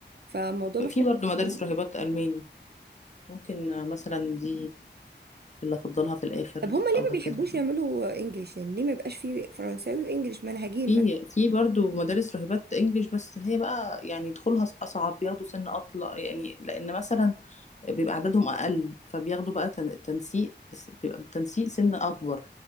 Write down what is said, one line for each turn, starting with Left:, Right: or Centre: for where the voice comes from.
Right: فالموضوع محتاج
Left: في برضه
Right: تفكير.
Left: مدارس راهبات ألماني ممكن آه، مثلا دي اللي أفضلها في الآخر
Right: طب هما ليه
Left: أو هكذا
Right: ما بيحبوش يعملوا انجليش يعني ليه ما يبقاش فيه فرنساوي وانجليش منهجين
Left: في
Right: مثلا
Left: في برضه مدارس راهبات إنجليش بس هي بقى يعني دخولها أصعب بياخدوا سن أطلع يعني لأن مثلا بيبقى عددهم أقل فبياخدوا بقى تن- تنسيق بيبقى تنسيق سن أكبر